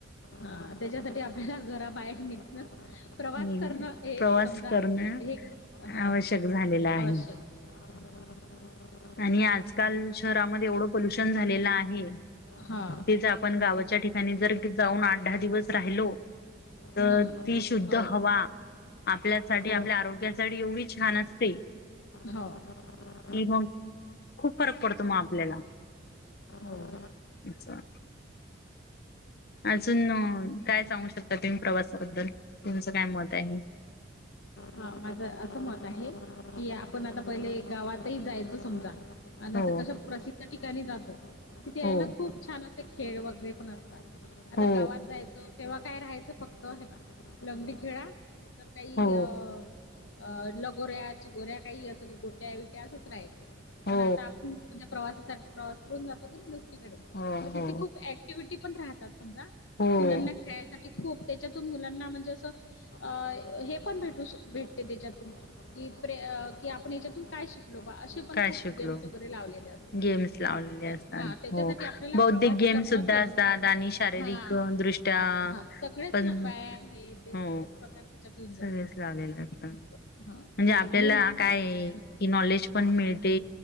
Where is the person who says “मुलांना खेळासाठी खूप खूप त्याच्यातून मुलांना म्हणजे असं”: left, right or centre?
Left